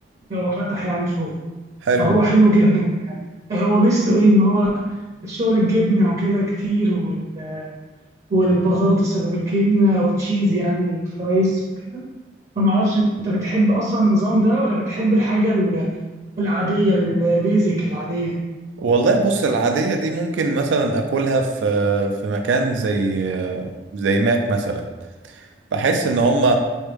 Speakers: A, on the right; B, on the right.
A: هو فتح يعني فروع
B: حلو
A: فهو حلو جدا يعني هو ميزته إيه إن هو الشغل الجبنة وكده كتير وال- والبطاطس اللي بالجبنة وتشيز يعني فرايز وكده فمعرفش أنت بتحب أصلا النظام ده ولا بتحب الحاجة ال- العادية البيزك العادية
B: والله بص العادية دي ممكن مثلا اكلها في في مكان زي زي ماك مثلا بحس ان هم